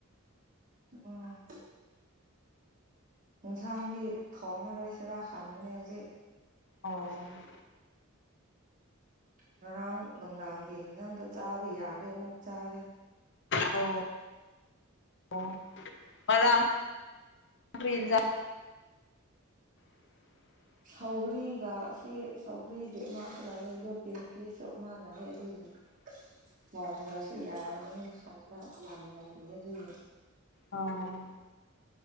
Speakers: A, on the right; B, on the left.
A: ꯎꯝ ꯏꯟꯁꯥꯡꯗꯤ ꯊꯣꯡꯉꯔꯣꯏꯁꯤꯔꯥ ꯈꯟꯕꯅꯦ ꯍꯧꯖꯤꯛ
B: ꯑꯣ
A: ꯉꯔꯥꯡ ꯅꯨꯡꯗꯥꯡꯒꯤ ꯏꯟꯖꯥꯡꯗꯣ ꯆꯥꯕ ꯌꯥꯔꯗꯤ ꯑꯃꯨꯛ ꯆꯥꯒꯦ
B: ꯑꯣ ꯑꯣ ꯉꯔꯥꯡ ꯀ꯭ꯔꯤ ꯏꯟꯖꯥꯡ <inaudible>
A: ꯁꯧꯒ꯭ꯔꯤꯒ ꯁꯤ ꯁꯧꯒ꯭ꯔꯤꯒꯤ ꯑꯃꯁꯨ ꯂꯩꯌꯦ ꯑꯗꯨ ꯇꯤꯟ ꯐꯤꯁꯁꯨ ꯑꯃ ꯂꯩꯌꯦ ꯑꯗꯨꯒꯤ
B: <inaudible>
A: ꯃꯣꯟꯗ꯭ꯔꯁꯨ ꯌꯥꯏꯔꯦꯅ ꯁꯟꯕ ꯌꯥꯝ ꯂꯩꯔꯤꯍꯦ ꯑꯗꯨꯒꯤ
B: ꯑꯧ